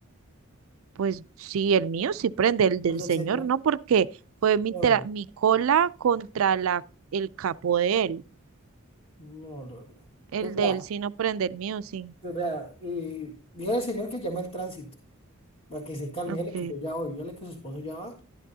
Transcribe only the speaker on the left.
El del
señor.
Ay,
no, Lorena.
Pues vea,
pues vea. eh, dígale al señor que llame al tránsito para que se calme.
Dígale que yo ya voy. Dígale que su esposo ya va.